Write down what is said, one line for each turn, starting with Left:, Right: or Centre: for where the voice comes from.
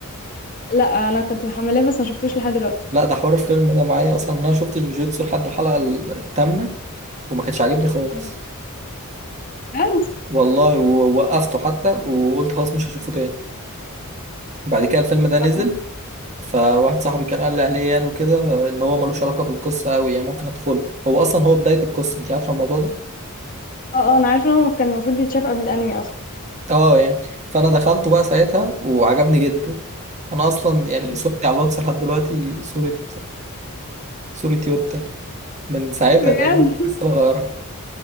Left: لا أنا كنت محملاه بس ما شفتوش لحد دلوقتي
Right: لا ده حوار الفيلم ده معايا اصلا إن انا شفت جوجيتسو لحد الحلقة الثامنة وما كانش عاجبني خالص
Left: اه بجد
Right: والله ووقفته حتى وقلت خلاص مش هشوفه تاني بعد كده الفيلم ده نزل
Left: اه
Right: فواحد صاحبي كان قال لي عليه يعني وكده آه، ان هو ملوش علاقة بالقصة قوي يعني ممكن ادخله هو اصلا هو بداية القصة انت عارفة الموضوع ده
Left: اه آه، أنا عارفة إن هو كان المفروض يتشاف قبل الأنمي أصلا
Right: اه يعني فانا دخلته بقى ساعتها وعجبني جدا انا اصلا يعني
Left: ايوه
Right: صورتي على الواتس لحد دلوقتي صورة صورة يوتا من ساعتها
Left: بجد
Right: تقريبا لسه غيرها